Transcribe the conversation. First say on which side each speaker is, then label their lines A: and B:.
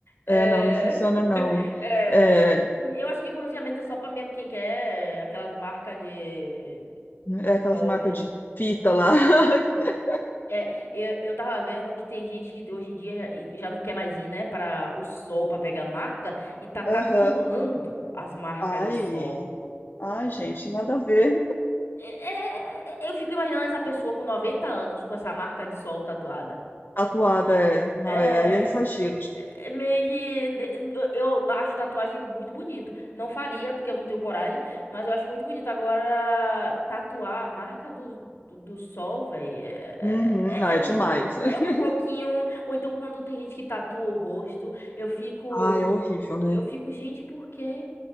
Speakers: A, on the left (about 75°); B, on the left (about 50°).
A: É...
B: É, não, não funciona não.
A: <laughs>
B: É,
A: Eu acho que bronzeamento é só pra mesmo quem quer aquelas marcas de
B: é aquelas
A: sol
B: marcas
A: mesmo.
B: de fita lá. <laughs>
A: É, eu, eu tava vendo que tem gente que hoje em dia já, já não quer mais ir, né, para o sol pra pegar marca e tá tatuando
B: Aham.
A: as marcas
B: Ai,
A: de sol.
B: Ai, gente, nada a ver.
A: É- é- é- eu fico imaginando essa pessoa com 90 anos com essa marca de sol tatuada.
B: Atuada é. Não,
A: É,
B: é, aí é exagero demais.
A: é meio que eu eu acho tatuagem muito bonito. Não faria, porque eu não tenho coragem, mas eu acho muito bonito. Agora, tatuar a marca do, do, do sol, velho, é, é,
B: Uhum,
A: é
B: não, é
A: é um,
B: demais. <laughs>
A: é um pouquinho. Ou então, quando tem gente que tatua o rosto, eu fico,
B: Ai, é horrível, né?
A: eu fico, gente, por quê?